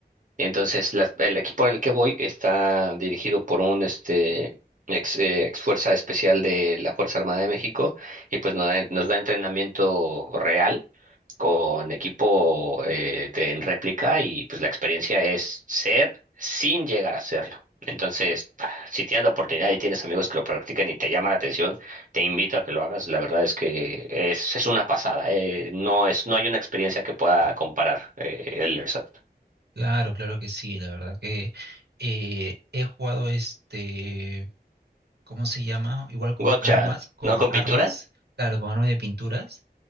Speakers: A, on the right; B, on the right.
A: entonces, las- el equipo al que voy está dirigido por un este ex, eh, ex fuerza especial de la Fuerza Armada de México y pues nos da, nos da entrenamiento real con equipo eh, de, en réplica y pues la experiencia es ser sin llegar a serlo. Entonces, si tienes la oportunidad y tienes amigos que lo practican y te llama la atención, te invito a que lo hagas. La verdad es que es, es una pasada. eh, No es, no hay una experiencia que pueda comparar eh, el Airsoft.
B: Claro, claro que sí, la verdad que eh, he jugado este... ¿cómo se llama? Igual con
A: Gotcha,
B: armas, con
A: ¿no? ¿Con
B: armas,
A: pintura?
B: claro, con armas de pinturas